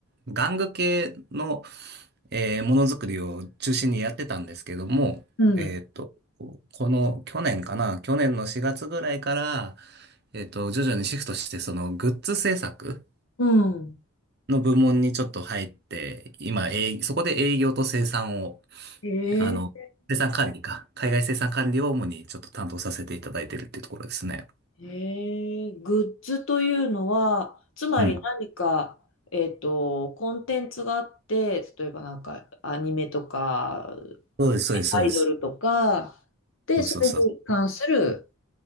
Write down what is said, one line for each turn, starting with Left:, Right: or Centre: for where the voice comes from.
Right: 玩具系の、えーものづくりを中心にやってたんですけども、
Left: うん。
Right: えっと、この去年かな、去年の4月ぐらいから、えっと、徐々にシフトして、そのグッズ制作、
Left: うん。
Right: の部門にちょっと入って、今、営そこで営業と生産を、
Left: え
Right: あの、生産管理か、海外生産管理を主にちょっと担当させていただいてるっていうところですね。
Left: ー、えー、グッズというのは、つまり何か、
Right: うん。
Left: えっと、コンテンツがあって、例えばなんかアニメとか、
Right: そうです、そうです、そうです。
Left: アイドルとか、で、
Right: そうそうそう。
Left: それに関する、